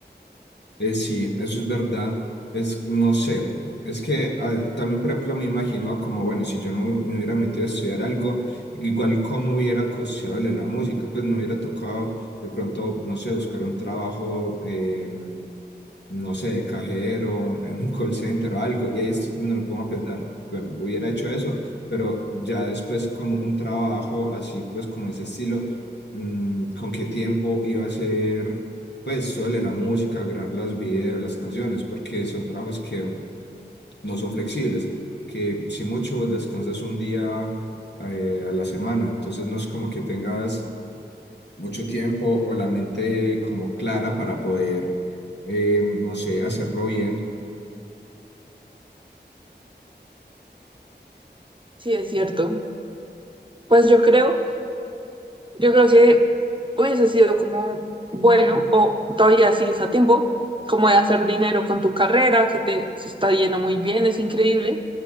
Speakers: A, on the left; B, on the right.
A: Eh, sí, eso es verdad. Es, no sé, es que, a ver, también, por ejemplo, me imagino como, bueno, si yo no me hubiera metido a estudiar algo, igual cómo hubiera costeado la música, pues me hubiera tocado de pronto, no sé, buscar un trabajo en, no sé, de cajero, en un call center o algo, y ahí es donde me pongo a pensar, bueno, hubiera hecho eso, pero ya después con un trabajo así, pues como ese estilo, mm, ¿con qué tiempo iba a ser? pues suele la música, grabar las videos, las canciones, porque son trabajos que no son flexibles, que si mucho vos descansas un día eh, a la semana, entonces no es como que tengas mucho tiempo o la mente como clara para poder, eh, no sé, hacerlo bien.
B: Sí, es cierto. Pues yo creo, yo creo que hubiese sido como bueno, o todavía sigues a tiempo, como de hacer dinero con tu carrera, que te se está yendo muy bien, es increíble.